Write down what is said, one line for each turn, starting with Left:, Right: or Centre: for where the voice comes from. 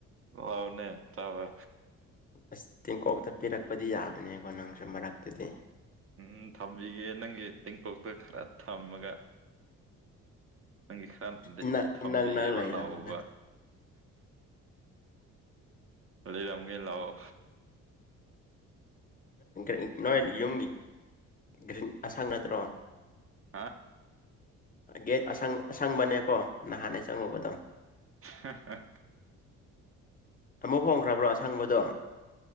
Right: ꯂꯥꯎꯅꯦ ꯇꯥꯕ
Left: ꯑꯁ ꯇꯦꯡꯀꯣꯛꯇ ꯄꯤꯔꯛꯄꯗꯤ ꯌꯥꯕꯅꯦꯀꯣ ꯅꯪꯁꯨ ꯃꯔꯛꯇꯨꯗꯤ
Right: ꯎꯝ ꯊꯝꯕꯤꯒꯦ ꯅꯪꯒꯤ ꯇꯦꯡꯄꯣꯛꯇ ꯈꯔ ꯊꯝꯃꯒ ꯅꯪꯒꯤ ꯈꯔ
Left: ꯏꯅꯛ
Right: ꯊꯝꯕꯤꯒꯦꯕ
Left: ꯏꯅꯛ ꯅꯛ ꯂꯩꯔꯝꯃꯒ
Right: ꯂꯥꯛꯑꯣꯕ ꯂꯩꯔꯝꯒꯦ ꯂꯑꯣ
Left: ꯔꯤ ꯅꯣꯏꯜ ꯌꯨꯝꯒꯤ ꯒ꯭ꯔꯤꯟ ꯑꯁꯪꯒꯠꯇ꯭ꯔꯣ
Right: ꯍꯥ
Left: ꯒꯦꯠꯁ ꯑꯁꯪꯕꯅꯦꯀꯣ ꯅꯍꯥꯟꯅ ꯆꯪꯉꯨꯕꯗꯣ
Right: <inaudible>
Left: ꯑꯃꯨꯛ ꯍꯣꯡꯈ꯭ꯔꯕ꯭ꯔꯣ ꯑꯁꯪꯕꯗꯣ